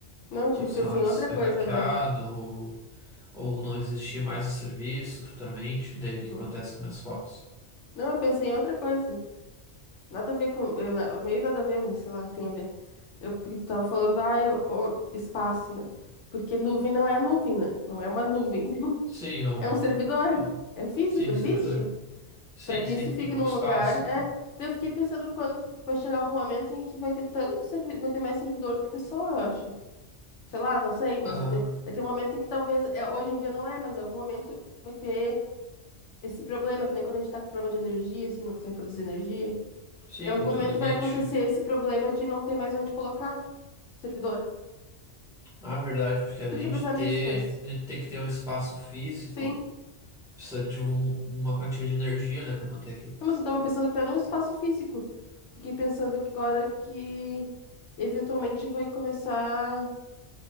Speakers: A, on the left; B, in the centre.
A: Não,
B: Tipo,
A: eu tive,
B: sei
A: pensei
B: lá,
A: em outra
B: ser
A: coisa
B: hackeado
A: agora.
B: ou, ou não existir mais o serviço futuramente, daí
A: Uhum.
B: o que acontece com minhas fotos?
A: Não, eu pensei em outra coisa. Nada a ver com. eh, Meio nada a ver, mas sei lá, tem a ver. Eu, porque tu tava falando, ah, eu- o- espaço, né? Porque nuvem não é a nuvem, né? Não é uma nuvem. <laughs>
B: Sim, é um,
A: É um servidor.
B: é um-
A: É físico,
B: Sim,
A: existe?
B: servidor. Sim,
A: Pra que
B: sim,
A: isso fique
B: ocupa
A: num
B: espaço.
A: lugar, é.
B: né?
A: Daí eu fiquei pensando quando vai chegar algum momento em que vai ter tanto servi... vai ter mais servidor do que pessoa, eu acho. Sei lá, não sei, mas
B: Aham.
A: vai ter, vai ter um momento em que talvez, é, hoje em dia não é, mas em algum momento vai ter esse problema, que nem quando a gente tá com problema de energia, assim, não consegue produzir energia.
B: Sim,
A: Em algum
B: vai
A: momento
B: ter um limite.
A: vai acontecer esse problema de não ter mais onde colocar servidor.
B: Ah, é verdade, porque
A: Nunca
B: além
A: tinha pensado
B: de ter,
A: nisso, mas
B: de ter que ter um espaço físico,
A: sim.
B: precisa de um, uma quantia de energia, né, para manter aquilo.
A: Não, mas eu tava pensando até no espaço físico. Fiquei pensando que agora que eventualmente vai começar.